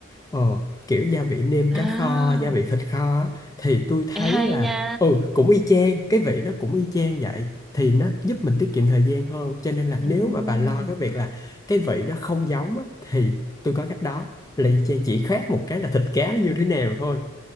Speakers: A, on the left; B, in the centre.
A: ờ, kiểu gia vị nêm
B: À,
A: cá kho gia vị thịt kho á, thì tôi thấy
B: ê hay
A: là
B: nha.
A: ừ cũng y chang cái vị nó cũng y chang vậy thì nó giúp mình tiết kiệm thời gian hơn cho nên là nếu
B: Ừm.
A: mà bà lo cái việc là cái vị nó không giống á, thì tôi có cách đó là y chang chỉ khác một cái là thịt cá nó như thế nào thôi